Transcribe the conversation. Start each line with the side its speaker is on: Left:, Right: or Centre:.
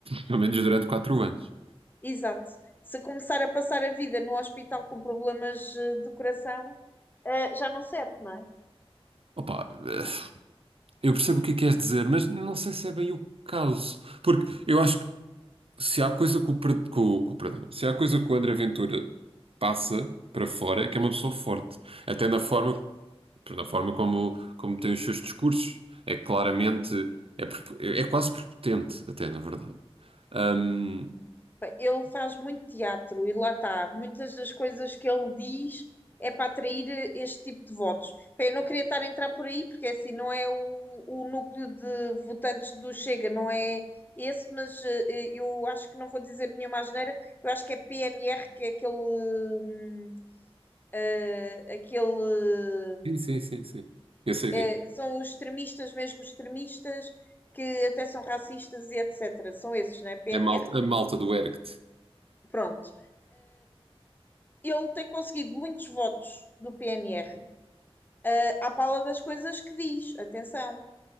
Right: Pelo menos durante quatro anos.
Left: Exato. Se começar a passar a vida no hospital com problemas eh, do coração, eh, já não serve, não é?
Right: Opa, eh, eu percebo o que é que queres dizer, mas não sei se é bem o caso. Porque eu acho se há coisa que o, per- que o- que o- perdão, se há coisa que o André Ventura passa para fora é que é uma pessoa forte, até na forma, na forma como, como tem os seus discursos. É claramente, é, prep- é quase prepotente, até na verdade. Ahm,
Left: Pá, Ele faz muito teatro e lá está. Muitas das coisas que ele diz é para atrair eh, este tipo de votos. Pá, eu não queria estar a entrar por aí, porque é assim não é o, o núcleo de votantes do Chega, não é esse, mas eh, eh, eu acho que não vou dizer nenhuma asneira. Eu acho que é PNR, que é aquele. hum, eh, aquele.
Right: sim, sim, sim, sim. Eu sei
Left: eh,
Right: que
Left: eh, que são os extremistas, mesmo extremistas, que até são racistas e etc. São esses, né? PNR.
Right: é. É malta, a malta do Erct.
Left: Pronto. ele tem conseguido muitos votos do PNR eh, à pala das coisas que diz, atenção.